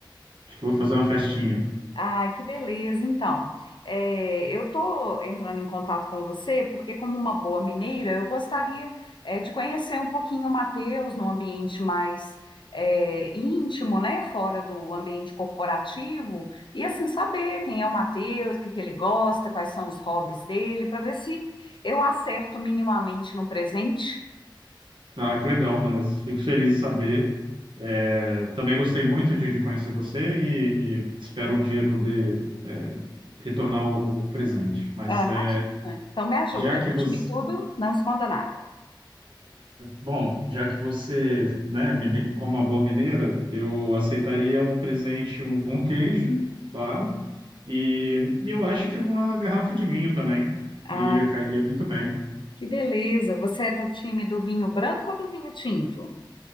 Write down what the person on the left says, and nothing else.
Ai, que beleza. Então, é, eu estou entrando em contato com você porque, como uma boa mineira, eu gostaria, é, de conhecer um pouquinho o Matheus num ambiente mais, é, íntimo, né? Fora do ambiente corporativo. E, assim, saber quem é o Matheus, o que que ele gosta, quais são os hobbies dele, para ver se eu acerto minimamente num presente.
Ah, imagina.
Então, me ajuda.
Conte-me
tudo, não esconda nada.
Ah.
Que beleza. Você é do time do vinho branco ou do vinho tinto?